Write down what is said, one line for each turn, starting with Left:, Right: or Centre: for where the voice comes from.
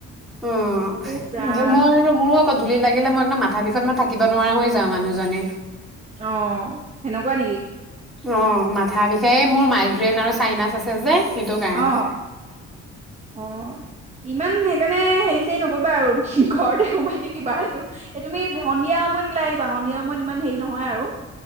Centre: উম, <unintelligible>
Right: উফ ৰাম
Centre: ক'ত ধূলি লাগিলে, মই একদম মাথা বিষত, মই থাকিব নোৱাৰা হৈ যাওঁ, মানুহজনী
Right: অ', সেনেকুৱা নেকি?
Centre: অ', মাথা বিষায়। এ, মোৰ মাইগ্ৰেইন আৰু চাইনাচ আছে যে সেইটো কাৰণে।
Right: অ', অ', ই ইমান সেইকাৰণে, হেৰি-চেৰি নকৰিবা আৰু, ঘৰতে সোমাই থাকিবা। এইটো, এই তুমি সন্ধিয়া সময়ত ওলাই আহিবা, সন্ধিয়া সময়ত ইমান হেৰি নহয় আৰু